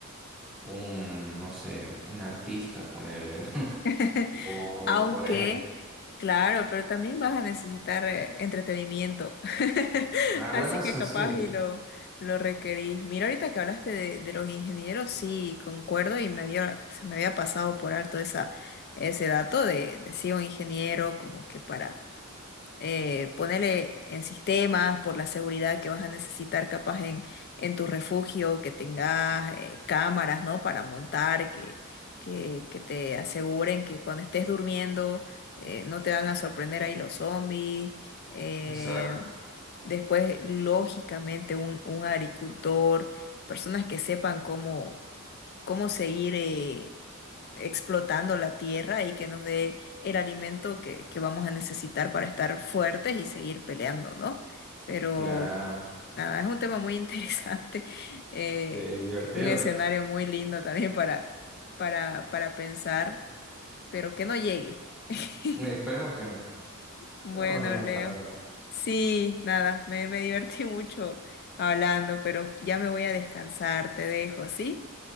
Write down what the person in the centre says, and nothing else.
un, no sé, un artista, ponerle, ¿no? <laughs>
O,
por ejemplo,
ah,
bueno, eso
sí, ¿no?
Exacto.
Claro,
sí, divertido.
Esperemos que no.
Esperemos que no
pase nada.